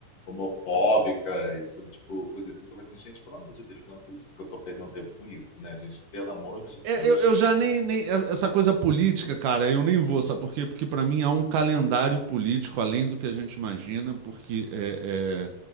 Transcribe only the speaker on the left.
Homofóbicas, sabe? Tipo, coisa assim que eu falo assim, gente, pelo amor de Deus, eu não acredito que eu tô perdendo tempo com isso, né, gente? Pelo amor de
Deus.